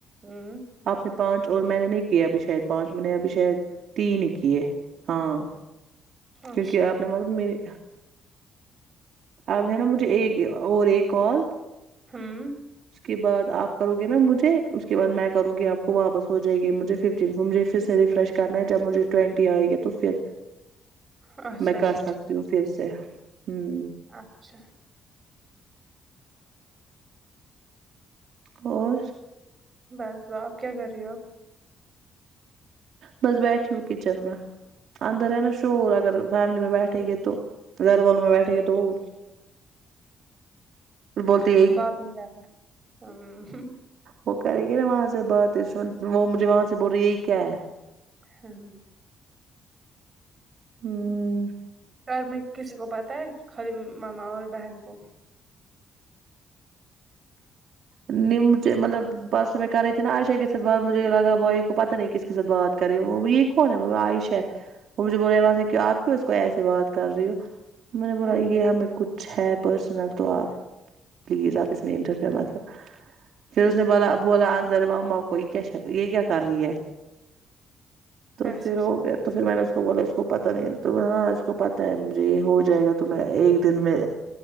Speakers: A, on the right; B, on the right.
A: ہوں
B: آپ نے پانچ اور میں نے نہیں کیے ابھی شاید پانچ میں نے ابھی شاید تین ہی کیے ہاں
A: ہوں
B: کیونکہ
A: اچھا
B: آپ نے مطلب میرری اب ہے نا مجھے ایک اور ایک کال
A: ھمم
B: اس کے بعد آپ کرو گے نا مجھے اس کے بعد میں کروں گی آپ کو واپس ہو جائے گی مجھے فف مجھے پھر سے ریفریش کرنا ہے جب مجھے ٹوینٹی آئے گی تو پھر
A: اچھا
B: میں
A: اچھا
B: کر
A: ٹھیک
B: سکتی ہوں پھر سے ہوں
A: اچھا
B: اور
A: بس ب آپ کیا کر رہی ہو آپ
B: بس بیٹھی ہوں کچن میں اندر ہے نا شور اگر فیملی میں بیٹھے گے تو گھر والوں میں بیٹھے گے تو وہ بولتے یہ
A: بات نہیں کر رہی۔
B: وہ کرے گی نا وہاں سے بات وہ مجھے وہاں سے بول رہی ہے یہی کیا ہے
A: ہاں
B: ہوں
A: گھر میں کسی کو پتاہ ہے خالی ماما اور بہن کو
B: نچے مطلب پرسوں میں کر رہی تھی ن عاشا کے ساتھ بد مجھے لگا بھائی کو پتہ نہیں ا کس کے ساتھ بات کریں وہ یہ کون ہے آائش ہے وہ مجھے بول رہےاں سے کی آپ کیوں اس کو ایسے بات کر رہی ہو میں نے بولا
A: ہاں
B: یہ ہمیں کچھ ہے پرسنل تو آپ پلیز اب اس میں انٹرفر مطلب پھر اس نے بوال بولا اندر مما کوئی کیا شک یہ کیا کر رہی ہے تو
A: اچھا
B: پھر
A: اچھا
B: ہو گیا تو پھر میں نے اس کو بولا اس کو پتہ نہیں ہاں اس کو پتہ ہے مجھے یہ ہو جائے گا ت میں ایک دن میں